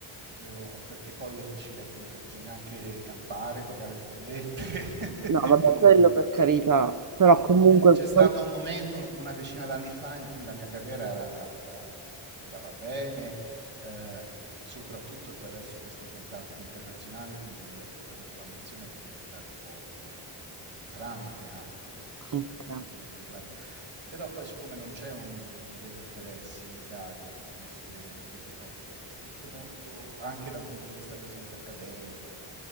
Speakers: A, on the right; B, on the right.
A: Devo- perché poi è difficile, appunto, bisogna anche campare, pagare le bollette. <laughs>
B: No, vabbè,
A: E, Mm.
B: quello per carità, però comunque...
A: C'è stato un momento, un- una decina d'anni fa, in cui la mia carriera era- era- andava bene, eh, soprattutto attraverso questi contatti internazionali, quindi avevo un po' l'ambizione di diventare un po' un, un tramite anche
B: Ok.
A: per tutto quello che riguarda. Però poi siccome non c'è un vero interesse in Italia per queste, per queste cose, cioè tutto molto, anche da un punto di vista per esempio accademico,